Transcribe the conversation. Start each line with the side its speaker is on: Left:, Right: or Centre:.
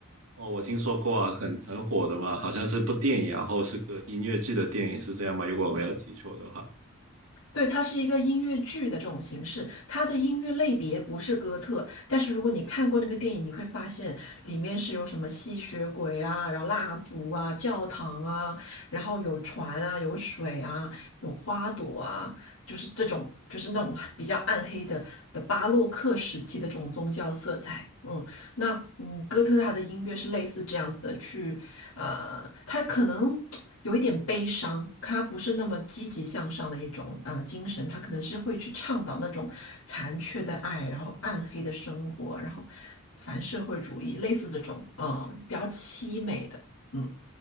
Right: 哦，我听说过啊，很很火的嘛，好像是部电影，然后是个音乐剧的电影，是这样吗？如果我没有记错的话，
Left: 对，它是一个音乐剧的这种形式，它的音乐类别不是哥特，但是如果你看过那个电影，你会发现里面是有什么吸血鬼啊，然后蜡烛啊，教堂啊，然后有船啊，有水啊，有花朵啊，就是这种，就是那种比较暗黑的的巴洛克时期的这种宗教色彩。嗯，那嗯，哥特他的音乐是类似这样子的，去呃，他可能有一点悲伤，他不是那么积极向上的一种呃精神，他可能是会去倡导那种残缺的爱，然后暗黑的生活，然后反社会主义，类似这种呃比较凄美的，嗯